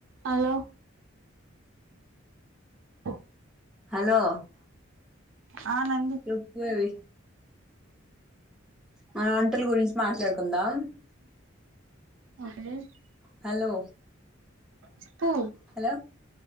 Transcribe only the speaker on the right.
హలో ఆ
ఆ నంది
అహ్ లెస్ <unintelligible>
చెప్పు